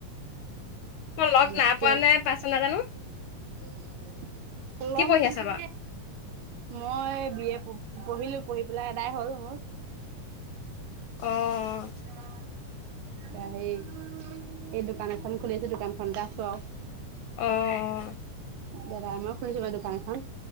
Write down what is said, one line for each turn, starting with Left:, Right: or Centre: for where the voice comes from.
Left: মই লগ নাই
Right: <inaudible>
Left: পোৱা নে পাইছো নাজানো
Right: লগ
Left: কি পঢ়ি
Right: তেনেকে
Left: আছা বাৰু?
Right: মই এ বি এ পঢ়িলো, পঢ়ি পেলাই এডাই হ'ল মোৰ।
Left: অ'
Right: <inaudible> সেই এই দোকান এখন খুলিছোঁ, দোকানখনতে আছোঁ আৰু।
Left: অ' অ'।
Right: দাদাই মই য়ে খুলিছোঁ মানে দোকান খন।